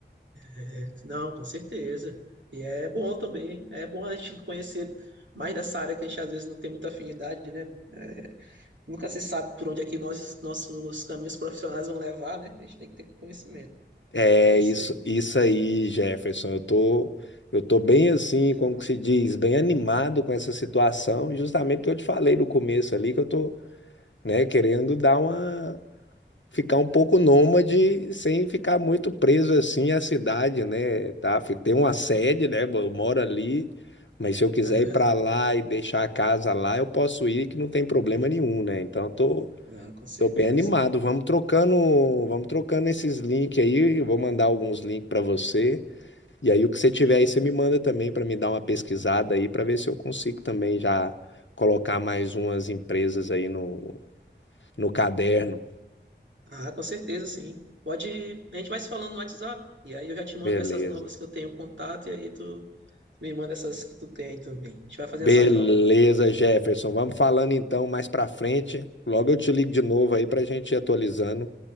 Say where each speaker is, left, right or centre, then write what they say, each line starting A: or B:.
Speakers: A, on the right; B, on the left.
A: É, Não, com certeza. E é bom também, é bom a gente conhecer mais dessa área que a gente às vezes não tem muita afinidade, né? É, nunca se sabe por onde é que nós, nossos caminhos profissionais vão levar, né? A gente tem que ter conhecimento.
B: É
A: É isso
B: isso,
A: aí.
B: isso aí, Jefferson. Eu tô, eu tô bem assim, como que se diz, bem animado com essa situação, justamente porque eu te falei no começo ali que eu tô, né, querendo dar uma ficar um pouco nômade sem ficar muito preso assim à cidade, né? Tá? Fi- Tem uma sede, né? Eu moro ali, mas se eu quiser
A: Aham.
B: ir para lá e deixar a casa lá, eu posso ir que não tem problema nenhum, né? Então eu tô
A: Não, com certeza.
B: Tô bem animado. Vamos trocando, vamos trocando esses links aí. Eu vou mandar alguns links para você. E aí o que você tiver aí, você me manda também para me dar uma pesquisada aí para ver se eu consigo também já colocar mais umas empresas aí no, no caderno.
A: Ah, com certeza, sim. Pode, a gente vai se falando no WhatsApp, e aí eu já te mando
B: Beleza.
A: essas novas que eu tenho contato, e aí tu, tu me manda essas que tu tem aí também. A gente vai fazendo
B: Beleza,
A: essa troca.
B: Jefferson. Vamos falando então mais pra frente. Logo eu te ligo de novo aí pra gente ir atualizando.